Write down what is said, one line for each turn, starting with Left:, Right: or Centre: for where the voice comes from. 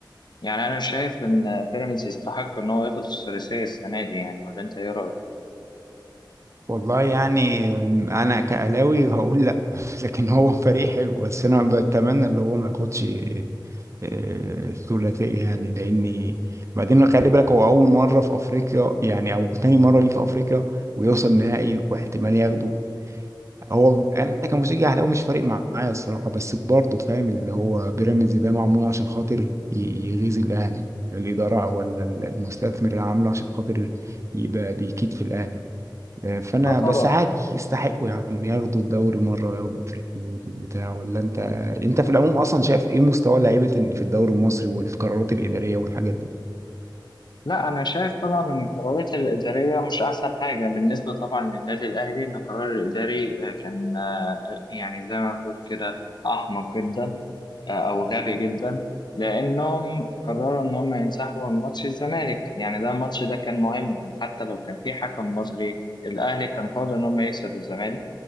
Left: يعني انا شايف ان بيراميدز يستحق ان هو ياخد الثلاثيه السنه دي يعني ولا انت ايه رايك؟
Right: والله يعني انا كاهلاوي هقول لا <laughs> لكن هو فريق حلو بس انا بتمنى اللي هو ما ياخدش آه، الثلاثيه يعني لاني بعدين خلي بالك هو اول مره في افريقيا يعني او تاني مره ليه في افريقيا ويوصل نهائي واحتمال ياخده هو انا كمشجع اهلاوي مش فارق معايا الصراحه بس برضه فاهم اللي هو بيراميدز ده معمول عشان خاطر ي- يغيظ الاهلي لا الاداره ولا المستثمر اللي عامله عشان خاطر يبقى بيكيد في الاهلي آه، فانا
Left: اه طبعا
Right: بس عادي يستحقوا يا عم ياخدوا الدوري مره وياخدوا افريقيا وياخدوا البتاع ولا انت انت في العموم اصلا شايف ايه مستوى اللعيبه اللي في الدوري المصري والقرارات الاداريه والحاجات
Left: لا انا شايف طبعا ان القرارات الاداريه مش احسن حاجه بالنسبه طبعا للنادي الاهلي ان القرار الاداري آه، كان آه، يعني زي ما بتقول كده احمق جدا او غبي جدا لانهم قرروا ان هم ينسحبوا من ماتش الزمالك يعني ده الماتش ده كان مهم حتى لو كان في حكم مصري الاهلي كان قادر ان هم يكسب الزمالك